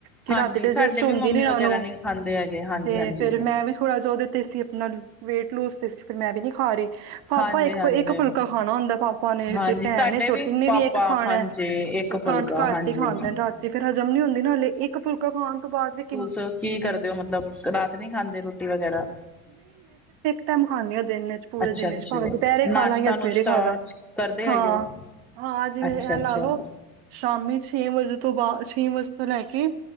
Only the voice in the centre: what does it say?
ਹਾਂਜੀ
ਸਾਡੇ ਵੀ
ਮੰਮੀ
ਵਗੈਰਾ
ਨਹੀਂ ਖਾਂਦੇ ਹੈਗੇ ਹਾਂਜੀ
ਹਾਂਜੀ
ਹਾਂਜੀ
ਹਾਂਜੀ
ਹਾਂਜੀ
ਸਾਡੇ
ਪਾਪਾ
ਹਾਂਜੀ
ਇੱਕ ਫੁਲਕਾ
ਹਾਂਜੀ
ਚ ਕੀ ਕਰਦੇ ਹੋ ਮਤਲਬ ਰਾਤ ਨੀ ਖਾਂਦੇ ਰੋਟੀ ਵਗੈਰਾ
ਅੱਛਾ
ਅੱਛਾ
ਨਾਸ਼ਤਾ
ਨੁਸ਼ਤਾ
ਕਰਦੇ
ਹੈਗੇ ਹੋ
ਅੱਛਾ
ਅੱਛਾ